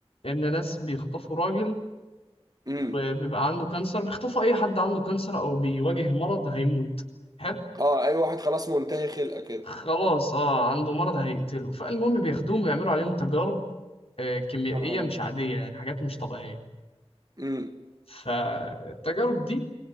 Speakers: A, on the left (about 65°); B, on the right (about 35°).
A: ان ناس بيخطفوا راجل
B: امم
A: وبيبقى عنده كانسر بيخطفوا اي حد عنده كانسر او بيواجه مرض هيموت حلو
B: اه اي واحد خلاص منتهي خلقة كده
A: خلاص اه عنده مرض هيقتله فالمهم بياخدوهم ويعملوا عليهم تجارب آه، كيميائية
B: يا نهار
A: مش
B: ابيض
A: عادية يعني حاجات مش طبيعية
B: امم
A: فالتجارب دي